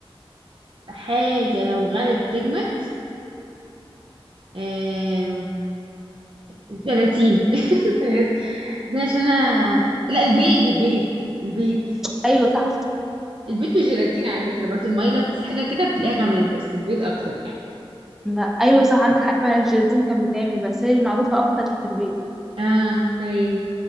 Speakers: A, on the right (about 60°); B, in the centre.
A: حاجة لو غلت تجمد آم... الجيلاتين <laughs> بس بس عشان انا لا البيض البيض البيض
B: ايوه صح
A: البيض والجيلاتين على فكرة برضه المية لو جبتي حاجة كده بتلاقيها جمدت بس البيض اكتر يعني
B: ما ايوه صح عندك حق فعلا الجيلاتين كان بيتعمل بس هي المعروفه اكتر كانت البيض
A: اه تمام